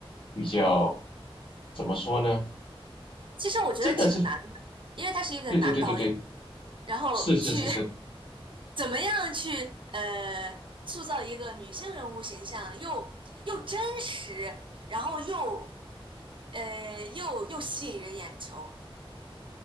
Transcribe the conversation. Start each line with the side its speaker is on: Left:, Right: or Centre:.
Left: 比较怎么说呢？
Right: 其实我觉得挺难的，
Left: 真的是，
Right: 因为他是一个男导演，
Left: 对对对对对，
Right: 然后去
Left: 是是是是，
Right: <laughs> 怎么样去呃塑造一个女性人物形象，又又真实，然后又呃又又吸引人眼球，